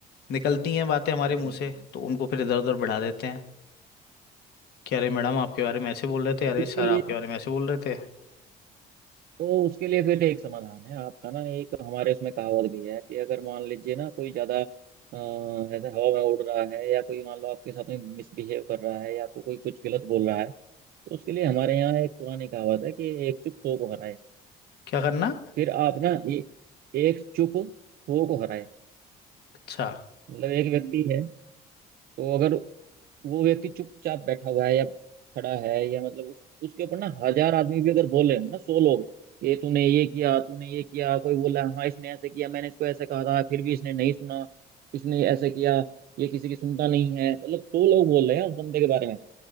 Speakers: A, on the left; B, on the right.
A: निकलती हैं बातें हमारे
B: हम्म,
A: मुंह
B: हम्म।
A: से तो उनको फिर इधर उधर बढ़ा देते हैं कि अरे मैडम आपके बारे में ऐसे बोल रहे थे
B: तो
A: अरे
B: उसके
A: सर आपके
B: लिए
A: बारे में ऐसे बोल रहे थे
B: तो उसके लिए फिर एक समाधान है आपका ना एक हमारे उसमें कहावत भी है कि अगर मान लीजिए ना कोई ज्यादा अ, ऐसे हवा में उड़ रहा है या कोई मान लो आपके साथ में मिसबिहेव कर रहा है या आपको कोई कुछ गलत बोल रहा है तो उसके लिए हमारे यहाँ एक पुरानी कहावत है कि एक चुप सौ को हराए
A: क्या करना
B: फिर आप ना ए, एक चुप सौ को हराए
A: अच्छा
B: मतलब एक व्यक्ति है तो अगर वो व्यक्ति चुपचाप बैठा हुआ है या खड़ा है या मतलब उस, उसके ऊपर ना हजार आदमी भी अगर बोल रहे हो ना सौ लोग कि तूने ये किया तूने ये किया कोई बोला हाँ इसने ऐसे किया मैंने इसको ऐसे कहा था फिर भी इसने नहीं सुना इसने ऐसे किया ये किसी की सुनता नहीं है मतलब सौ लोग बोल रहे हैं उस बंदे के बारे में